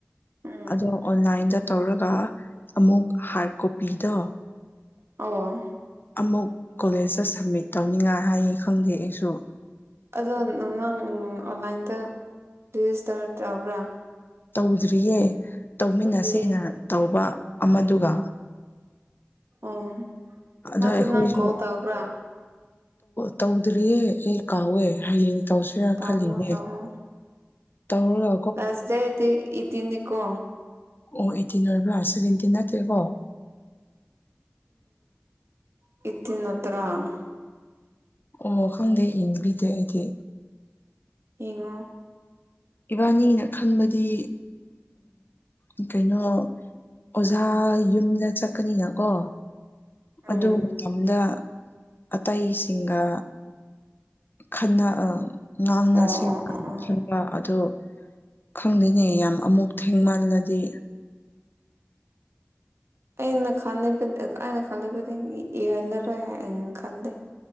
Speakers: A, on the right; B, on the left.
A: ꯎꯝ
B: ꯑꯗꯣ ꯑꯣꯟꯂꯥꯏꯟꯗ ꯇꯧꯔꯒ ꯑꯃꯨꯛ ꯍꯥꯔꯠ ꯀꯣꯄꯤꯗꯣ
A: ꯑꯣ
B: ꯑꯃꯨꯛ ꯀꯣꯂꯦꯖꯇ ꯁꯕꯃꯤꯠ ꯇꯧꯅꯤꯡꯉꯥꯏ ꯍꯥꯏꯌꯦ ꯈꯪꯗꯦ ꯑꯩꯁꯨ
A: ꯑꯗꯣ ꯅꯪ ꯑꯣꯟꯂꯥꯏꯟꯗ ꯔꯦꯖꯤꯁꯇꯔ ꯇꯕ꯭ꯔꯥ
B: ꯇꯧꯗ꯭ꯔꯤꯌꯦ ꯇꯧꯃꯤꯟꯅꯁꯦꯅ
A: ꯑꯗꯨꯗꯤꯌꯦ
B: ꯇꯧꯕ ꯑꯃꯗꯨꯒ
A: ꯎꯝ
B: ꯑꯗꯣ
A: ꯃꯥꯗꯣ
B: ꯑꯩꯈꯣꯏꯁꯨ
A: ꯅꯪ ꯀꯣꯜ ꯇꯧꯕ꯭ꯔꯥ
B: ꯇꯧꯗ꯭ꯔꯤꯌꯦ ꯑꯩ ꯀꯥꯎꯋꯦ ꯍꯌꯦꯡ ꯇꯧꯁꯤꯔ
A: ꯇꯧꯋꯣ
B: ꯈꯜꯂꯤꯅꯦ
A: ꯇꯧꯋꯣ
B: ꯇꯧꯔꯣ
A: ꯂꯥꯁ ꯗꯦ ꯗꯤ ꯑꯥꯏꯇꯤꯟ ꯅꯦꯀꯣ
B: ꯑꯣ ꯑꯥꯇꯤꯟ ꯑꯣꯏꯕ꯭ꯔꯥ ꯁꯥꯕꯦꯟꯇꯤꯟ ꯅꯠꯇꯦꯀꯣ
A: ꯑꯩꯠꯇꯤꯟ ꯅꯠꯇꯔꯥ <unintelligible>
B: ꯑꯣ ꯈꯪꯗꯦ ꯌꯦꯡꯕꯤꯗꯦ ꯑꯩꯗꯤ
A: ꯌꯦꯡꯉꯣ
B: ꯏꯕꯥꯅꯤꯅ ꯈꯟꯕꯗꯤ ꯎ ꯀꯩꯅꯣ ꯑꯣꯖꯥ ꯌꯨꯝꯗ ꯆꯠꯀꯅꯤꯅꯀꯣ
A: ꯎꯝ
B: ꯑꯗꯨ ꯃꯇꯝꯗ ꯑꯇꯩꯁꯤꯡꯒ ꯈꯟꯅ ꯉꯥꯡꯅꯁꯦ
A: ꯑꯣ ꯑꯣ ꯑꯣ ꯑꯣ
B: ꯈꯟꯕ ꯑꯗ ꯈꯪꯗꯦꯅꯦ ꯌꯥꯝ ꯑꯃꯨꯛ ꯊꯦꯡꯃꯜꯂꯗꯤ
A: ꯑꯩꯅ ꯈꯜꯂꯤ ꯑꯩꯅ ꯈꯜꯂꯤꯕꯗꯤ ꯏꯍꯜꯂꯔꯣꯏ ꯍꯥꯏ ꯑ ꯈꯜꯂꯤ